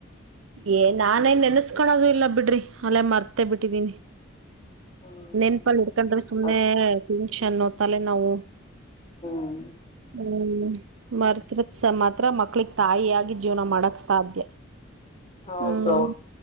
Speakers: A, on the right; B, on the left.
A: ಏ ನಾನೇ ನೆನ್ಸ್ಕೊಳೋದು ಇಲ್ಲ ಬಿಡ್ರಿ ಅಲ್ಲೇ ಮರ್ತೆೇ ಬಿಟ್ಟಿದೀನಿ
B: ಹ್ಮ್
A: ನೆನ್ಪಲ್ ಹಿಡ್ಕೊಂಡ್ರಿ ಸುಮ್ನೆ ಟೆನ್ಷನ್ ತಲೆೆ ನಾವು
B: ಹ್ಮ್
A: ಹ್ಮ್ ಮರ್ತ್ರತ್ಸ ಮಾತ್ರ ಮಕ್ಳಗ್ ತಾಯಿಯಾಗಿ ಜೀವನ ಮಾಡಕ್ ಸಾಧ್ಯ
B: ಹೌದ
A: ಹ್ಮ್